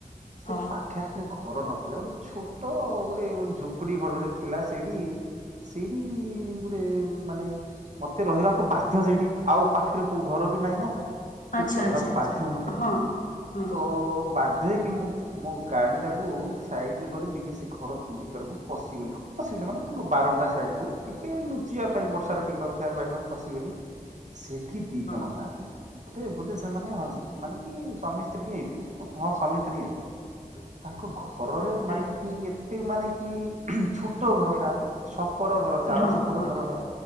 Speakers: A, on the right; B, on the left.
A: ସେ
B: ହଁ
A: ପାଖେ ଆଖରେ। ଘର ନଥିଲା ଗୋଟେ ଛୋଟ ଗୋଟେ ଝୁପଡି ଘରେ ଥିଲା ସେଠି। ସେଇଠି ଗୋଟେ ମାନେ ମତେ ରହିବା। ବାଧ୍ୟ ସେଠି ଆଉ ପାଖରେ କୋଉ ଘର ବି ନାଇଁ ନା। ସେଠି
B: ଆଚ୍ଛା
A: ରହିବାକୁ
B: ଆଚ୍ଛା ଆଚ୍ଛା
A: ବାଧ୍ୟ ମତେ
B: ହଁ ହଁ
A: ତ ବାଧ୍ୟ ହେକି ମୁଁ ମୋ ଗାଡ଼ିଟାକୁ ସାଇଡ଼ରେ କରି ଦେଇକି ସେ ଘର ଭିତରକୁ ପଶିଗଲି। ପଶିଲା ମାନେ ତାଙ୍କ ବାରଣ୍ଡା ସାଇଡ କୁ ଟିକେ ଲୁଚିବା ପାଇଁ ବର୍ଷା ଟିକେ ରଖିବା ପାଇଁ। ପଶିଗଲି ସେଠି ଦି
B: ହଁ
A: ଜଣ ଥାନ୍ତି। ବୋଧେ ବୋଧେ ସେମାନେ ମାନ କି ସ୍ୱମୀ ସ୍ତ୍ରୀ ହିଁ ହେଇଥିବେ ମତେ ହଁ ସ୍ୱମୀ ସ୍ତ୍ରୀ। ତ। ଘରରେ
B: ଆଚ୍ଛା
A: ମାନେ କି ଏତେ ମାନେ କି ଛୋଟ ଘର ଟା ସ ଚଛପର ଘର ଚାଳସପର
B: ହଁ ହଁ
A: ଘର ଟା